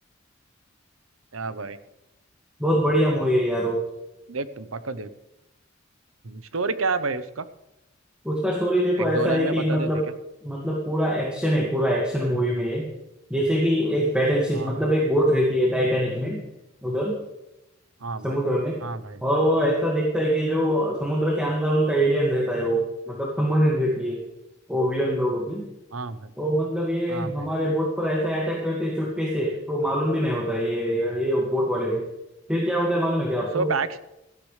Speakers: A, on the right (about 85°); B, in the centre.
A: क्या भाई
B: बहुत बढ़िया मूवी है यार वो
A: देख तुम पक्का देख स्टोरी क्या है भाई उसका
B: उसका स्टोरी देखो
A: एक
B: ऐसा
A: दो लाइन
B: है
A: में
B: कि
A: बता
B: मतलब
A: देते क्या
B: मतलब पूरा एक्शन है पूरा एक्शन मूवी में है जैसे कि एक बैटलशिप
A: हाँ
B: मतलब
A: भाई
B: एक बोट रहती है टाइटैनिक में उधर
A: हाँ
B: समुद्र
A: भाई
B: में
A: हाँ भाई
B: और वो ऐसा देखता है कि जो समुद्र के अंदर उनका एलियन रहता है वो मतलब सबमरीन रहती है वो विलन लोगों की
A: हाँ भाई
B: तो मतलब ये
A: हाँ भाई
B: हमारे बोट पर ऐसा अटैक करते हैं चुपके से तो मालूम भी नहीं होता है ये ये बोट वाले ने फिर क्या होता है मालूम है क्या आपको
A: सो बैक्स